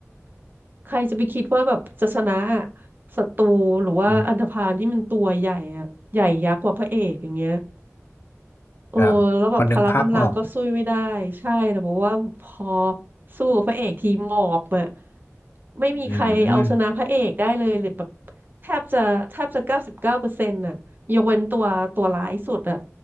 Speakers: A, on the right; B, on the left.
A: ใครจะไปคิดว่าแบบจะชนะอะศัตรูหรือว่าอันธพาลที่มันตัวใหญ่อะใหญ่ยักษ์กว่าพระเอกอย่างเงี้ย
B: อืม
A: เออแล้วแบบพละกำลังก็สู้ไม่ได้ใช่แต่บอกว่าพอ
B: ครับพอนึกภาพออก
A: สู้กับพระเอกทีหมอบอะไม่มีใครเอาชนะพระเอกได้เลยหรือแบบ
B: อืม
A: แทบจะแทบจะเก้าสิบเก้าเปอร์เซ็นต์น่ะยกเว้นตัวตัวร้ายสุดอะ